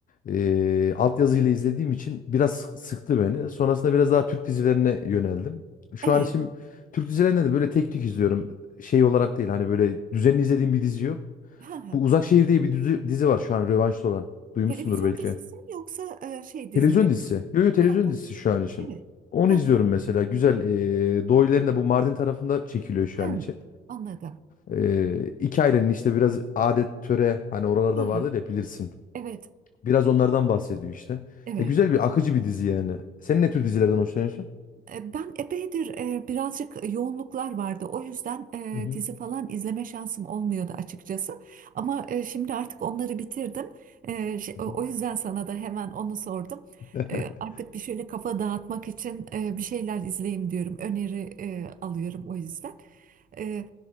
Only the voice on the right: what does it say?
Evet.
<laughs>
Televizyon
dizisi mi yoksa e, şey dizileri?
<laughs>
Evet.
<laughs>
Hı,
Anladım.
<laughs>
Evet.
Evet.
E, Ben epeydir e, birazcık yoğunluklar vardı. O yüzden e,
dizi falan izleme şansım olmuyordu açıkçası. Ama e, şimdi artık onları bitirdim. E, ş-
o
o yüzden sana da hemen onu sordum.
E, Artık bir şöyle kafa dağıtmak için e, bir şeyler izleyeyim diyorum. Öneri e, alıyorum o yüzden. Ee,